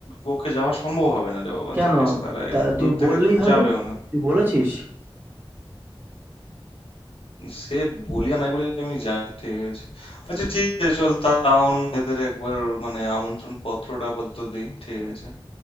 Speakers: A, on the left; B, on the right.
A: পক্ষে যাওয়া সম্ভব হবে না রে বাবা
B: কেন
A: ঠিক আছে তারা
B: তা
A: এত
B: তুই
A: দূর থেকে
B: বললেই হবে
A: যাবেও না
B: তুই বলেছিস
A: সে বলি আর নাই বলে আমি যাই ঠিক আছে আচ্ছা ঠিক আছে চল তাও না এদের একবার মানে আমন্ত্রণ পত্রটা আপাতত দিই ঠিক আছে